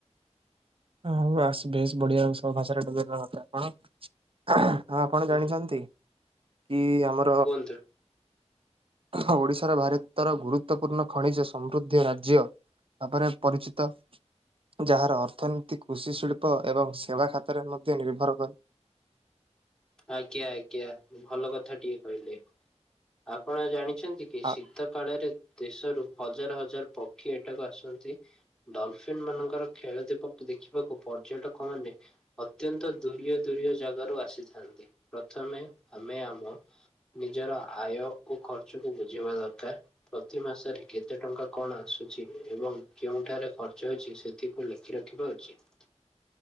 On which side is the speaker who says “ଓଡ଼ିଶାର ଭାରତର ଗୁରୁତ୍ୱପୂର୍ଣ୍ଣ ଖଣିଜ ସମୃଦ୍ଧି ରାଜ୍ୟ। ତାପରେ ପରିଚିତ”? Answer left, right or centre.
Right